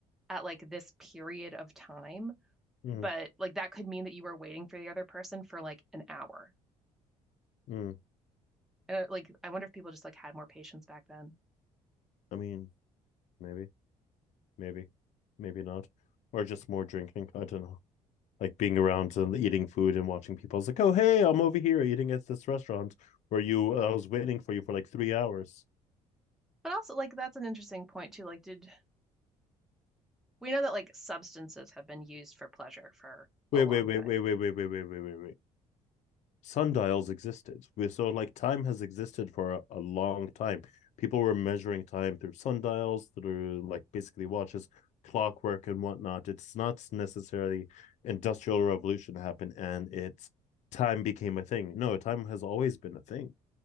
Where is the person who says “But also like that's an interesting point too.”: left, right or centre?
Centre